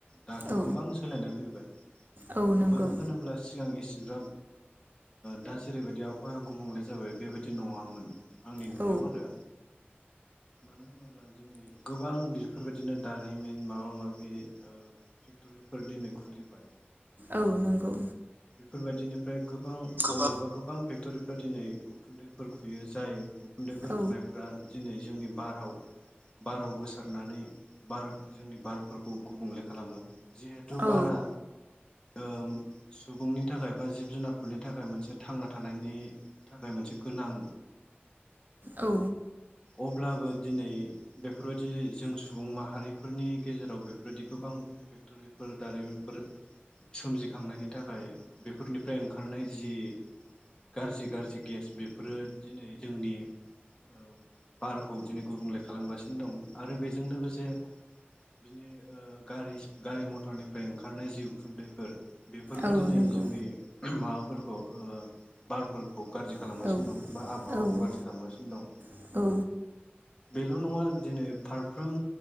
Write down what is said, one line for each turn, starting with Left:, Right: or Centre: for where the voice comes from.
Left: दाथ'
Right: औ
Left: गोबां सोलायनाय फैबाय।
Right: औ नंगौ
Left: मानो होनोब्ला सिगां एस <unintelligible> ओ दा जेरैबायदि आबहावाया गुबुंले जाबाय बेबादि नङामोन आंनि नुनायाव
Right: औ
Left: आरो। मानो होनोब्ला दिनै गोबां बेफोरबायदिनो दारिमिन माबा माबि ओह फेक्टरिफोर दिनै खुलिबाय।
Right: औ नंगौ।
Left: बेफोरबादिनो ओमफ्राय गोबां अबेबा
Right: औ
Left: गोबां फेख फेक्तरिफ्रा दिनै उखुन्दैफोर खुयो जाय उखुन्दैफोर
Right: औ
Left: खुनायफ्रा दिनै जोंनि बाराव बाराव गोसारनानै बार जोंनि बारफोरखौ गुबुंले खालामो। जिहेथु
Right: औ
Left: बारा ओम सुबुंनि थाखाय बा जिब जुनारफोरनि थाखाय मोनसे थांना थानायनि थाखाय मोनसे गोनां
Right: औ।
Left: अब्लाबो दिनै बेफोरबायदि जों सुबुं माहारिफोरनि गेजेराव बेफोरबायदि गोबां फेक्ट'रिफोर दारिमिनफोर सोमजिखांनायनि थाखाय बेफोरनिफ्राय ओंखारनाय जि गारजि गारजि गेस बे फोरो दिनै जोंनि ओ बारखौ दिनै गुबुंले खालामगासिनो दं आरो बेजों लोगोसे बिनि ओ गारि गारि मथरनिफ्राय ओंखारनाय जिउ खुन्दैफोर फोरबो
Right: औ
Left: दिनै
Right: नंगौ
Left: जोंनि माबा फोरखौ ओ बारफोरखौ गारजि खालामगासिनो
Right: औ औ
Left: दं बा आबहावाखौ गारजि
Right: औ
Left: खालामगासिनो दं।
Right: औ
Left: बेल' नङा दिनै फारफ्रोम